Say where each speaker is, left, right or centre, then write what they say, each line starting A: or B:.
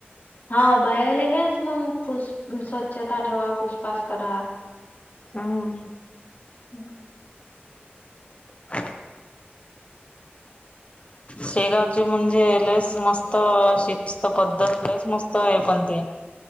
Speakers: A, on the left; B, on the left.
A: हा बायाले हेच मग पुस स्वच्छता ठेवा पुसपास करा.
B: ह.
A: हम्.
B: <inaudible> शेगावची म्हणजे लयस मस्त, शिस्त पद्धत लस मस्त आहे पण ते.